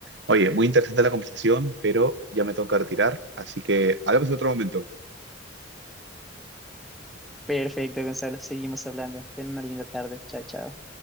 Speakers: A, on the right (about 60°); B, in the centre.
A: oye, muy interesante la conversación, pero ya me tengo que retirar, así que hablamos en otro momento.
B: Perfecto, Gonzalo, seguimos hablando. Ten una linda tarde. Chao, chao.